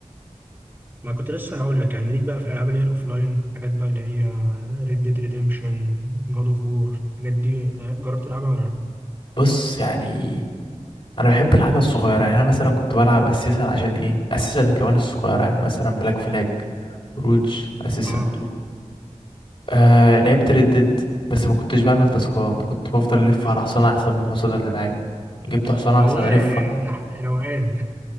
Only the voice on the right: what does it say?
ما كنت لسه هقول لك يعني ليك بقى في الالعاب اللي هي الاوفلاين حاجات بقى اللي هي ريد ديد ريديمشن جاد اوف وور الحاجات دي جربت تلعبها ولا لا؟
اه
والله
آه، روقان